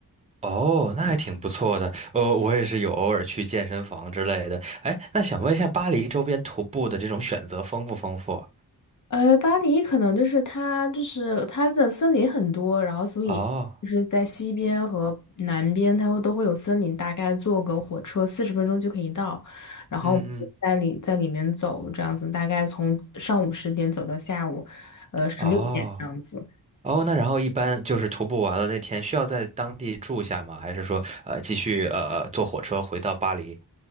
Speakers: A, on the right (about 20°); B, on the left (about 50°).
A: 哦，那还挺不错的。呃，我也是有偶尔去健身房之类的。哎，那想问一下，巴黎周边徒步的这种选择丰不丰富？
B: 呃，巴黎可能就是它，就是它的森林很多，然后所以就是在西边和南边，
A: 哦，
B: 它会都会有森林，大概坐个火车四十分钟就可以到。然后我们就在里在里面走，
A: 嗯嗯，
B: 这样子大概从上午十点走到下午，呃十六点这样子。
A: 哦哦，那然后一般就是徒步完了那天需要在当地住下吗？还是说呃继续呃坐火车回到巴黎？